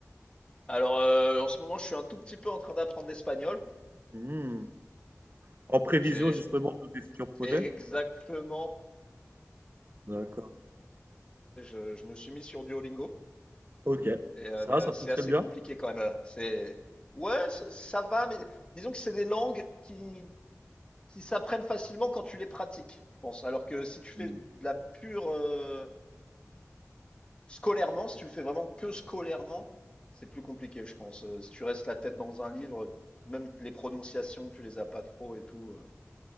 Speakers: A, on the left; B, on the right.
A: Alors, euh, en ce moment, je suis un tout petit peu en train d'apprendre l'espagnol.
B: Hmm. En prévision,
A: J'ai
B: justement,
A: j'ai-
B: de tes futurs projets?
A: exactement,
B: D'accord.
A: je, je me suis mis sur Duolingo,
B: Ok.
A: et, euh,
B: Ça,
A: mais euh,
B: ça
A: c'est
B: fonctionne
A: assez
B: bien.
A: compliqué quand même. euh, C'est, ouais, ça, ça va, mais disons que c'est des langues qui qui s'apprennent facilement quand tu les pratiques, je pense. Alors que si tu fais
B: Mm.
A: de la pure, euh, Scolairement, si tu le fais vraiment que scolairement, c'est plus compliqué, je pense. Euh, si tu restes la tête dans un livre, même les prononciations, tu les as pas trop et tout. euh,